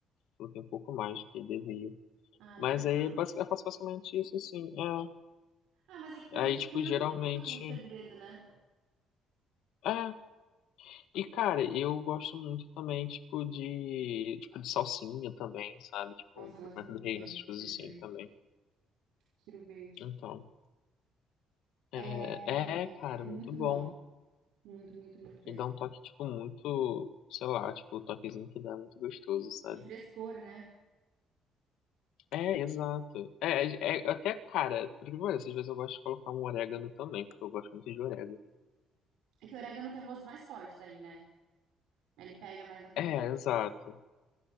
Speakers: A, on the left; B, on the right.
A: Coloquei um pouco mais do que devia.
B: Ah, normal.
A: Mas aí, basic- eu faço basicamente isso, assim. É.
B: Ah, mas é que pro
A: Aí,
B: dia
A: tipo,
B: a dia não
A: geralmente.
B: tem muito segredo, né?
A: É, E, cara, eu gosto muito também, tipo, de, tipo, de salsinha também, sabe? Tipo,
B: Nossa,
A: um pimenta
B: eu gosto muito
A: do reino,
B: também.
A: essas coisas
B: Cheiro
A: assim
B: verde.
A: também.
B: Cheiro verde.
A: Então,
B: É
A: é, é, cara,
B: muito
A: muito bom.
B: bom. Muito, muito, muito mesmo.
A: E dá um toque, tipo, muito, sei lá, tipo, o toquezinho que dá é muito gostoso, sabe?
B: de frescor, né?
A: É, exato. É, é, é até, cara, por que parece, às vezes eu gosto de colocar um orégano também, porque eu gosto muito de orégano.
B: É que o orégano tem um gosto mais forte daí, né? Ele pega mais na comida.
A: É, exato.